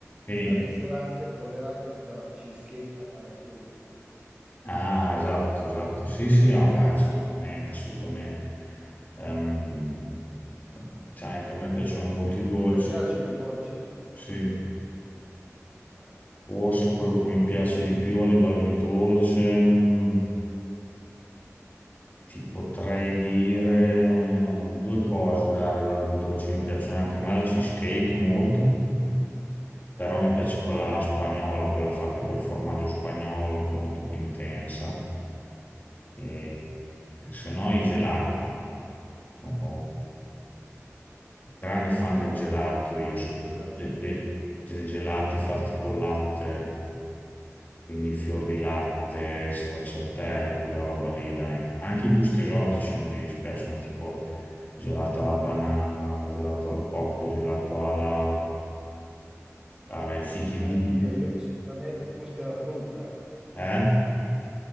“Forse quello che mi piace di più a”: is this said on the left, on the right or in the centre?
Left